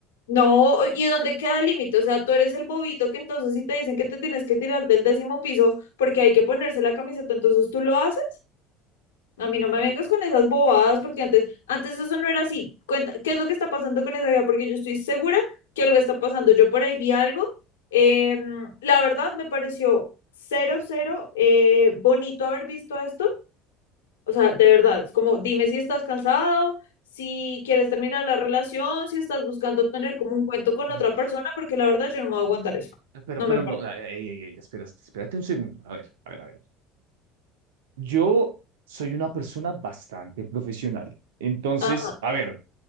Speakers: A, on the left; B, on the right.
A: No, ¿y dónde queda el límite? O sea, tú eres el bobito que entonces si te dicen que te tienes que tirar del décimo piso porque hay que ponerse la camiseta, entonces tú lo haces. A mí no me vengas con esas bobadas porque antes, antes eso no era así. Cuenta, ¿qué es lo que está pasando con esa vida? Porque yo estoy segura que algo está pasando. Yo por ahí vi algo. em, la verdad me pareció cero, cero eh, bonito haber visto esto o sea, de verdad, es como dime si estás cansado si quieres terminar la relación, si estás buscando tener como un cuento con
B: Eh,
A: otra persona, porque la verdad yo no me voy a aguantar eso.
B: Pero,
A: No
B: pero
A: me parece.
B: no, ey, ey, ey, espera, espérate un segundo. A ver, a ver, a ver. Yo soy una persona bastante profesional. Entonces,
A: Ajá.
B: a ver,